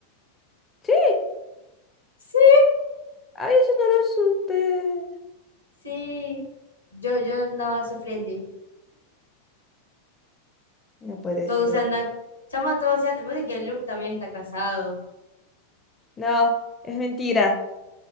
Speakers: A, on the left; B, on the left.
A: Sí,
B: Sí,
A: ay, eso no lo supe.
B: sí. Yo, yo andaba sufriendo.
A: No puede
B: Todos
A: ser.
B: se andan, chama, todos se andan. Vos sabés que Luke también está casado.
A: No, es mentira.